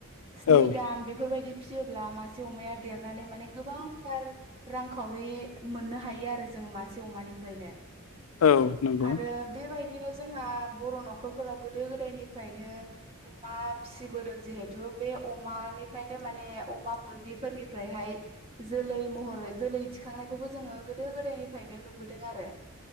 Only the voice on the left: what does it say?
औ
औ नंगौ